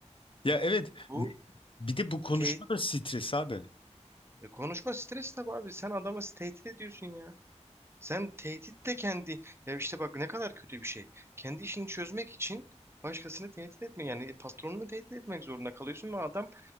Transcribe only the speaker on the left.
Ya evet,
ne- bir de bu konuşma
da stres abi.